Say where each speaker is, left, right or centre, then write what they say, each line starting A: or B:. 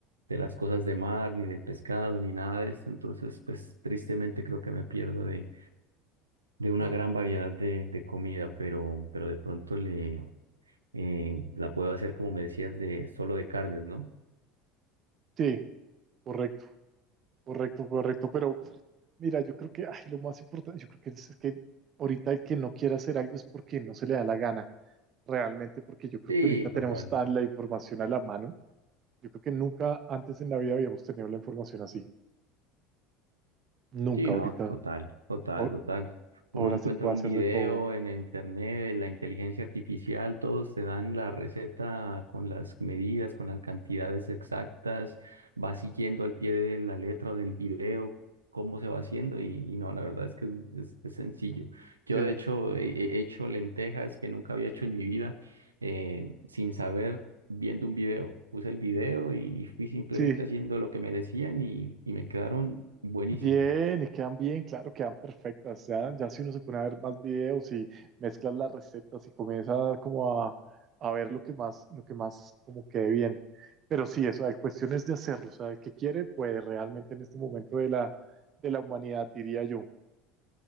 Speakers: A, on the right; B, on the right.
A: de las cosas de mar, ni del pescado, ni nada de esto, entonces pues tristemente creo que me pierdo de, de una gran variedad de, de comida, pero, pero de pronto le, eh, la puedo hacer como me decías, de solo de carnes, ¿no?
B: Sí, correcto, correcto, correcto. Pero mira, yo creo que ay, lo más importante, yo creo que es, es que ahorita el que no quiera hacer algo es porque no se le da la gana realmente, porque yo creo
A: Sí,
B: que ahorita tenemos
A: total.
B: tan la información a la mano Yo creo que nunca antes en la vida habíamos tenido la información así. Nunca
A: Sí, no,
B: ahorita.
A: total, total,
B: Ahor-
A: total. Uno
B: Ahora
A: encuentra
B: se puede
A: un
B: hacer
A: video
B: de todo.
A: en el internet, de la inteligencia artificial, todos te dan la receta con las medidas, con las cantidades exactas, va siguiendo al pie de la letra del video cómo se va haciendo y, y no, la verdad es que es, es sencillo. Yo
B: Sí,
A: de hecho he, he hecho lentejas que nunca había hecho en mi vida eh, sin saber, viendo un video. Puse el video y fui simplemente
B: sí.
A: haciendo lo que me decían y, y me quedaron buenísimas.
B: Bien, y quedan bien, claro, quedan perfectas. Ya, ya si uno se pone a ver más videos y mezclas las recetas y comienza como a, a ver lo que más, lo que más como quede bien. Pero sí, eso, la cuestión es de hacerlo. O sea, el que quiere, pues realmente en este momento de la, de la humanidad, diría yo.